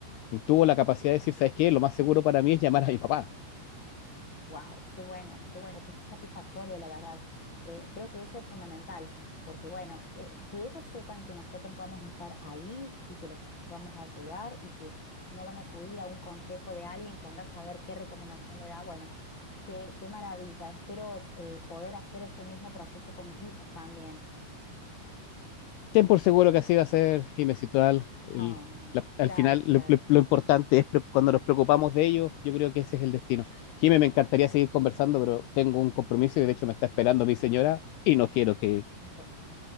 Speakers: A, on the left (about 80°); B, on the left (about 25°).
A: tuvo la capacidad de decir, ¿sabes qué? Lo más seguro para mí es llamar a mi papá.
B: Wow, qué bueno, qué bueno, qué satisfactorio, la verdad. Eh, creo que eso es fundamental, porque bueno, eh, que ellos sepan que nosotros vamos a estar ahí y que los vamos a ayudar y que no van a acudir a un consejo de alguien que anda a saber qué recomendación le da. Bueno, qué, qué maravilla. Espero eh, poder hacer ese mismo proceso con mis hijos también.
A: Ten por seguro que así va a ser y me citó al, el-
B: Ah,
A: la- al
B: gracias.
A: final lo, lo- lo importante es pre- cuando nos preocupamos de ellos, yo creo que ese es el destino. Jimé, me encantaría seguir conversando, pero tengo un compromiso y de hecho me está esperando mi señora y no quiero que...
B: Bueno.